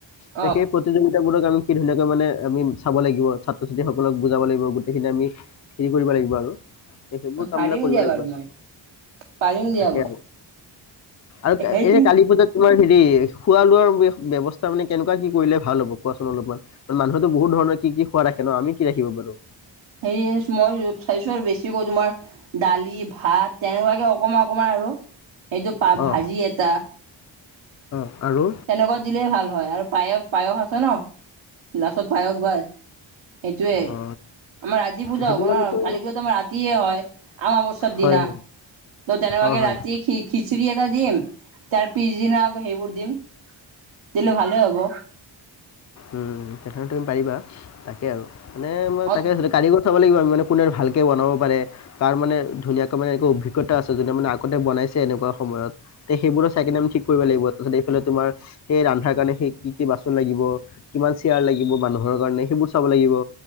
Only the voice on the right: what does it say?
অ
পাৰিম
দিয়া
বাৰু
মই পাৰিম দিয়া
মই
সেইটো
সেই মই চাইছো আৰু বেছিকৈ তোমাৰ দালি, ভাত তেনেকুৱাকে অকমান অকমান আৰু এইটো পা
ভাজি এটা
তেনেকুৱা দিলেই ভাল হয় আৰু পায়স পায়স আছে ন লাস্তত পায়স বা সেইটোৱে,
আমাৰ ৰাতি পূজা
হ'ব
ন' কালী পূজাতো আমাৰ ৰাতিয়ে হয়। অমাবস্যাৰ দিনা
তো তেনেকুৱাকে
ৰাতি খি খিচিৰি এটা দিম তাৰ পিছদিনা আকৌ সেইবোৰ দিম। দিলে ভালেই হ'ব।
অ